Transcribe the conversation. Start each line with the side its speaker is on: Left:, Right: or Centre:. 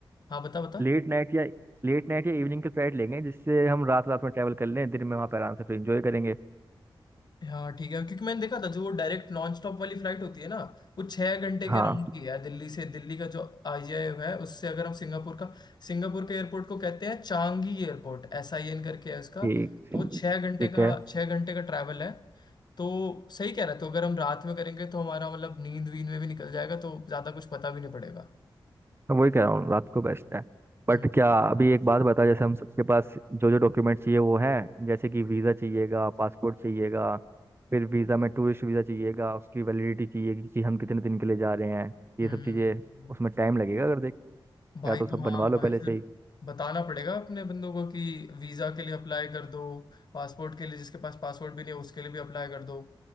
Left: हाँ बता बता
Right: लेट नाइट या लेट नाइट या इवनिंग के फ्लाइट लेंगे जिससे हम रात रात में ट्रैवल कर लें दिन में वहाँ पर आराम से फिर इंजॉय करेंगे
Left: हाँ ठीक है क्योंकि मैंने देखा था जो वो डायरेक्ट नॉन स्टॉप वाली फ्लाइट होती है ना वो छह घंटे के
Right: हाँ
Left: अराउंड की है दिल्ली से दिल्ली का जो आईजीआई है उससे अगर हम सिंगापुर का सिंगापुर के एयरपोर्ट को कहते हैं Changi airport S I N करके है उसका
Right: ठीक
Left: तो वो छह घंटे
Right: ठीक
Left: का
Right: है
Left: छह घंटे का ट्रैवल है तो सही कह रहे तो अगर हम रात में करेंगे तो हमारा मतलब नींद वींद में भी निकल जाएगा तो ज्यादा कुछ पता भी नहीं पड़ेगा
Right: मैं वही कह रहा हूँ रात को बेस्ट है
Left: हम्म
Right: बट क्या अभी एक बात बता जैसे हम सबके पास जो जो डॉक्यूमेंट चाहिए वो है जैसे कि वीज़ा चाहिएगा पासपोर्ट चाहिएगा फिर वीज़ा
Left: हम्म
Right: में टूरिस्ट वीज़ा चाहिएगा उसकी वैलिडिटी चाहिएगी कि हम कितने दिन के लिए जा रहे हैं ये
Left: हम्म।
Right: सब चीज़ें उसमें टाइम लगेगा अगर देख
Left: भाई
Right: या तो सब
Left: तो हाँ
Right: बनवा लो
Left: भाई
Right: पहले
Left: फिर
Right: से ही
Left: बताना पड़ेगा अपने बंदों को कि वीजा के लिए अप्लाई कर दो पासपोर्ट के लिए जिसके पास पासपोर्ट भी नहीं है उसके लिए भी अप्लाई कर दो